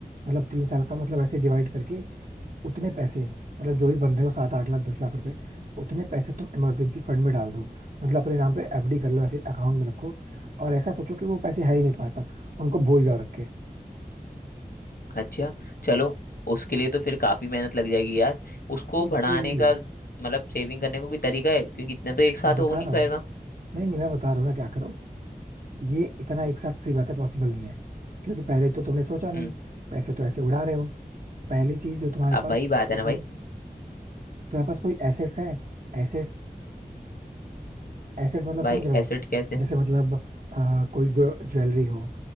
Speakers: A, on the right; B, on the left.
A: मतलब तीन साल का मतलब ऐसे डिवाइड करके उतने पैसे मतलब जो भी बन रहे हो सात आठ लाख दस लाख रुपए उतने पैसे तुम इमरजेंसी फंड में डाल दो मतलब अपने नाम पे एफडी कर लो या फिर अकाउंट में रखो और ऐसा सोचो कि वो पैसे है ही नहीं तुम्हारे पास उनको भूल जाओ रख के
B: अच्छा चलो उसके लिए तो फिर काफी मेहनत लग जाएगी यार उसको
A: नहीं
B: बढ़ाने
A: लगेगी
B: का मतलब सेविंग करने को कोई तरीका है क्योंकि इतना तो एक
A: हाँ,
B: साथ
A: बता
B: हो नहीं
A: रहा
B: पाएगा
A: हूँ नहीं नहीं मैं बता रहा हूँ ना क्या करो ये इतना एक साथ सही बात है पॉसिबल नहीं है क्योंकि पहले तो तुमने सोचा नहीं
B: हम्म
A: पैसे तो ऐसे उड़ा रहे हो पहली चीज जो तुम्हारे
B: अब
A: पास
B: वही बात है
A: ये
B: ना
A: जो
B: भाई
A: तुम्हारे पास कोई एसेट्स है एसेट्स एसेट मतलब
B: भाई
A: समझ रहे हो
B: एसेट कैसे
A: जैसे मतलब आ, कोई ज्वेलरी हो